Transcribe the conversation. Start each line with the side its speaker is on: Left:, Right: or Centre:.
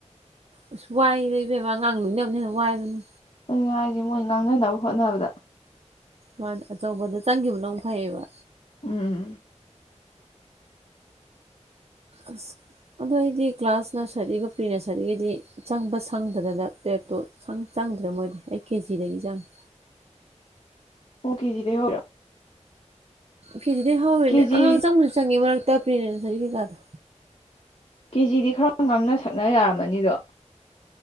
Right: ꯑꯁ ꯋꯥꯏ ꯏꯕꯦꯝꯃꯥ ꯑꯉꯥꯡ ꯂꯣꯏꯅꯕꯅ ꯍꯦꯟꯅ ꯋꯥꯏꯗꯨꯅꯦ
Left: ꯑꯗꯨ ꯍꯥꯏꯔꯤꯁꯦ ꯃꯣꯏ ꯉꯥꯡꯅꯅꯕ ꯍꯣꯠꯅꯕꯗ
Right: ꯃꯥ ꯑꯆꯧꯕꯗ ꯆꯪꯈꯤꯕꯅꯧ ꯐꯩꯌꯦꯕ
Left: ꯎꯝ
Right: ꯑꯁ ꯑꯗꯣ ꯑꯩꯗꯤ ꯀ꯭ꯂꯥꯁ ꯅꯔꯁꯔꯤꯒ ꯄ꯭ꯔꯤ ꯅꯔꯁꯔꯤꯒꯗꯤ ꯆꯪꯕ ꯁꯪꯗꯗꯅ ꯄꯦꯔꯠꯇꯣ ꯆꯪꯗ꯭ꯔꯦ ꯃꯣꯏꯗꯤ ꯑꯩ ꯀꯦꯖꯤꯗꯒꯤ ꯆꯪꯉꯦ
Left: ꯀꯖꯤ ꯗꯥꯒꯤ ꯍꯧꯔꯤꯔꯥ
Right: ꯀꯦꯖꯤꯗꯒꯤ ꯍꯧꯔꯤꯅꯦ
Left: ꯀꯦꯖꯤ
Right: ꯑꯉꯥꯡ ꯑꯆꯪꯕꯨꯗꯤ ꯆꯪꯉꯦ ꯃꯔꯛ <inaudible> ꯄ꯭ꯔꯤ ꯅꯔꯁꯔꯤ ꯀꯩ ꯀ ꯗꯣ
Left: ꯀꯦ ꯖꯤ ꯗꯤ ꯈꯔ ꯉꯥꯡꯅ ꯁꯛꯅ ꯌꯥꯔꯝꯃꯅꯤꯗꯣ